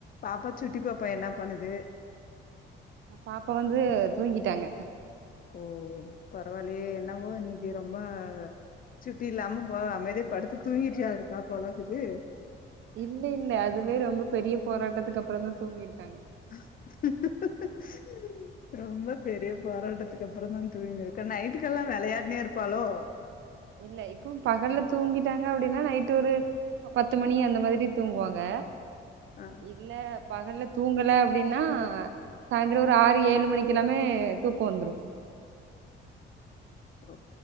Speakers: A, on the left; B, on the right.
A: பாப்பா சுட்டி பாப்பா என்ன பண்ணுது
B: பாப்பா வந்து தூங்கிட்டாங்க
A: ஓ பரவாயில்லயே என்னவோ இன்னைக்கு ரொம்ப சுட்டி இல்லாம போ அமைதியா படுத்து தூங்கிட்டியா இருக்கா போலக்குது
B: இல்ல இல்ல அதுவே ரொம்ப பெரிய போராட்டத்துக்கு அப்பறம் தான் தூங்கிருக்காங்க
A: <unintelligible> ரொம்ப பெரிய போராட்டத்துக்கு அப்பறம் தான் தூங்கிருக்கேன் நைட்டுக்கெல்லாம் விளையாடினே இருப்பாலோ
B: இல்ல இப்போ பகல்ல தூங்கிட்டாங்க அப்டின்னா நைட் ஒரு பத்து மணி அந்த மாதிரி தூங்குவாங்க
A: ஆ
B: இல்ல பகல்ல தூங்கலை அப்டின்னா சாந்தரம் ஒரு ஆறு ஏழு மணிக்கெல்லாமே தூக்கம் வந்துடும்
A: ஓ